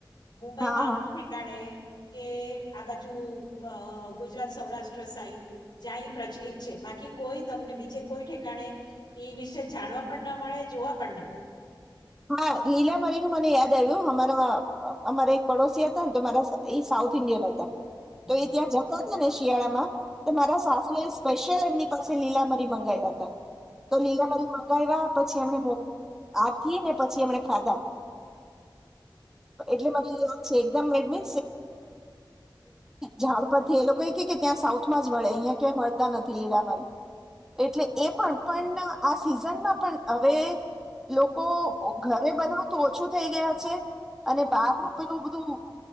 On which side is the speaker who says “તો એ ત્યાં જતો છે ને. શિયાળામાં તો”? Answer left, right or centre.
Centre